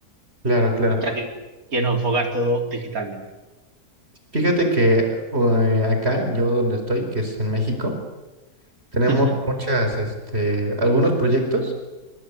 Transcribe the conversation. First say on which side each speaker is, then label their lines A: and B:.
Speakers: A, on the right (about 45°); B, on the right (about 75°).
A: claro. claro.
B: ya que quiero enfocar todo digitalmente.
A: Fíjate que eh, acá, yo donde estoy, que es en México, Tenemos
B: Ujú.
A: muchas, este, algunos proyectos